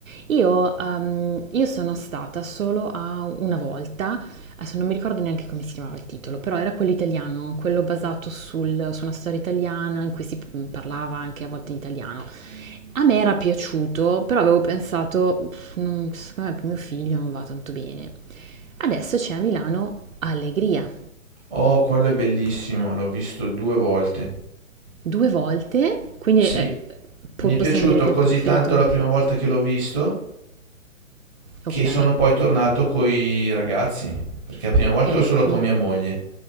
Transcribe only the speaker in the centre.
Oh, quello è bellissimo, l'ho visto due volte.
Sì,
mi è
piaciuto
così
tanto la prima volta che l'ho visto
che sono poi tornato coi ragazzi, perché la prima volta
ero solo con mia moglie.